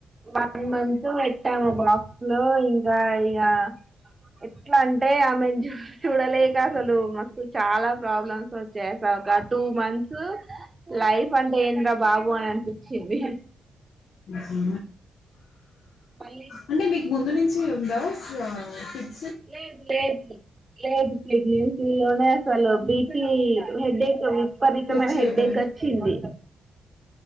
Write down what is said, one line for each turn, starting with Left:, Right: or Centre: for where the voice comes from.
Right: వన్ మంత్ పెట్టాము బాక్స్ లో ఇంకా ఇగ ఎట్లాంటే ఆమెన్ జు చూడలేక్ గ అసలు మాకు చాలా ప్రాబ్లమ్స్ వచ్చయ్అసలా ఒక టూ మంత్స్ లైఫ్ అంటే ఏంద్ర బాబు అని అన్పించింది
Left: ఉహు
Right: మళ్ళీ
Left: అంటే మీక్ ముందు నుంచే ఉందా లా తిప్
Right: లేద్ లేద్ లే లేదు ప్రెగ్నెన్సీ లోనే అసలు బి పీ హెడేక్ విపరీతమైన
Left: ఫ్లెక్చువేట్
Right: హెడేకోచ్చింది
Left: అయింది